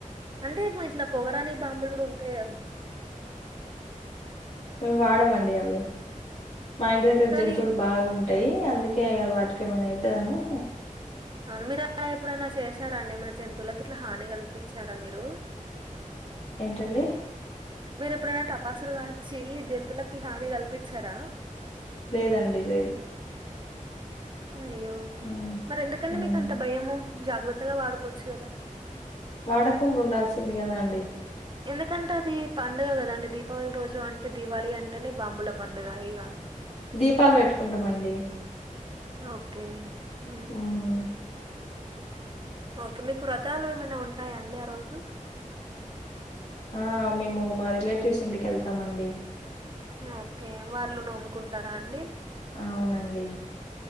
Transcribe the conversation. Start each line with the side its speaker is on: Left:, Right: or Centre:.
Right: అంటే మా ఇట్ల పొగరాని బాంబుల్ గుడ ఉంటై గదా
Left: మేము వాడమండి అవి మా ఇంటి దగ్గర
Right: హ్మ్. కానీ
Left: జంతువులు బాగుంటాయి అందు కే వాటికి ఏమైన అయితది అని
Right: అవున మీరు అలా ఎప్పుడైన చేసారా అండి ఏమైన జంతువులకి ఇట్లా హాని కల్పించారా మీరు
Left: ఏంటండి
Right: మీరు ఎప్పుడైనా టపాసులు కాల్చి జంతువులకి హాని కల్పించారా
Left: లేదండి లేదు
Right: అయ్యో
Left: ఉమ్
Right: మరి ఎందుకండీ
Left: ఉమ్
Right: మీకు అంత భయము జాగ్రత్తగా వాడుకోవచ్చు కదా
Left: వాడకుండా ఉండాల్సింది కదా అండీ
Right: ఎందుకంటే అది పండుగ కదండి దీపావళి రోజు అంటే దివాళి అంటేనే బాంబుల పండుగ ఇగ
Left: దీపాలు వెట్టుకుంటామండి
Right: ఓకే మ్
Left: ఉమ్
Right: ఓకే మీకు వ్రతాలు ఏమైనా ఉంటాయా అండి ఆ రోజు
Left: అ మేము మా రిలేటివ్స్ ఇంటికి వెళ్తామండి
Right: అ ఓకే వాళ్లు నోముకుంటారా అండి
Left: అవునండి